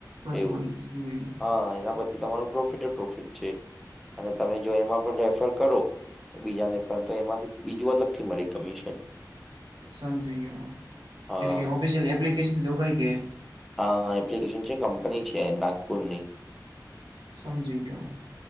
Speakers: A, on the right; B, in the centre.
A: અચ્છા
B: એવું
A: મને સમજી ગયો
B: હા એના પછી તમાર પ્રોફિટ પ્રોફિટ છે, અને તમે જો એમાં પણ રેફર કરો બીજા ને પરંતુ એમાંથી બીજું અલગથી મળે કમિશન
A: સમજી ગયો,
B: હા
A: એટલે કે ઓફિસયલ એપ્લિકેશન જોગાય કે
B: હા હા એપ્લિકેશન છે કંપની છે, નાગપુર ની.
A: સમજી ગ્યો.